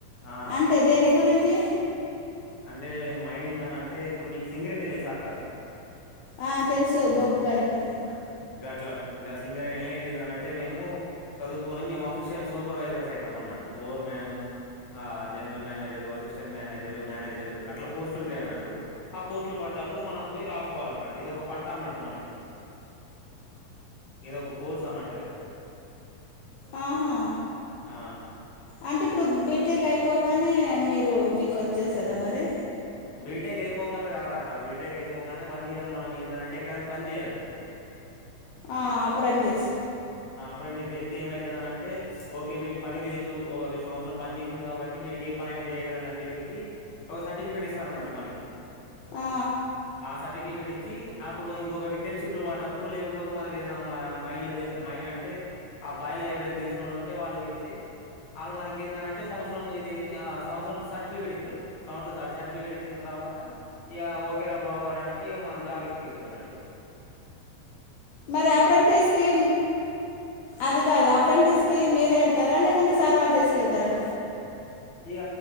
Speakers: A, on the left; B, on the left.
A: ఆ
B: అంటే దేనిక్ గురించి
A: అంటే మైనింగ్ అనంటే ఇప్పుడు మీకు సింగరేణి తెల్సా అక్క
B: ఆ తెల్సు బొగ్గు బాయ్ పని
A: ట్లనే గ సింగరేణి ఏంటిదనంటే మేము చదువుకొని మేము అఫిషియల్ సూపర్వైజర్స్ అయితాం అన్నట్టు ఓర్ మ్యాన్ ఆ general manager assistant manager manager అట్ల పోస్టులుంటయి అన్నట్టు పోస్టులు పడ్డడప్పుడు మనం పోయి రా కోవాలన్నట్ ఇది ఒక పట్ట అన్నట్టు మనకి ఇదొక కోర్స్ అన్నట్టుగా
B: ఆహా
A: ఆ
B: అంటే ఇప్పుడు బీటేక్ అయిపోగానే మీరు మీకు వచ్చేస్తదా మరి
A: బీటెక్ అయిపోంగనే రాదక్క బీటెక్ అయిపోగానే వన్ ఇయర్ మనం ఏందనంటే ఎక్కడైనా పన్ జేయాలి.
B: ఆ అప్రెంటిస్
A: అప్రెంటిస్ ఏమైతదనంటే అంటే ఓకే వీడికి పని తెలుసు ఒక సంవత్సరం పని చేసిండు కాబట్టి వీడికి ఏ పనైనా చేయగలడని చెప్పేసి ఒక సర్టిఫికేట్ అన్నట్టు మనకి
B: ఆ
A: ఆ సర్టిఫికెట్ ఇ చ్చి అప్పుడు ఇంకొకటి ఇంటర్న్షిప్ లో పడ్డప్పుడు లేకపోతే మనకేదన్నా మా మైంన్ల తెల్ మైన్ అంటే ఆ బాయిల ఎవరైనా తెలిసినోళ్ళు ఉంటే వాళ్ళకి చెప్తే వాళ్ళు మనకేందనంటే సంవత్సరం ఇది ఏంది ఆ సంవత్సం సర్టిఫికేట్ ఇత్తరు కౌంట్ సర్టిఫికేట్ ఇచ్చిన తర్వాత ఇగా ఓకేరా బాబు అని అంటే ఇగ మనం జాబ్ ఎక్కియచ్చు అన్నట్టు ఇగ
B: మరి అప్రెంటిస్కి అది కాదు అప్రెంటిస్కి మీరే ఎళ్తారా లేకుంటే సర్వాళ్లు తీస్ కెళ్తరా
A: ఇగ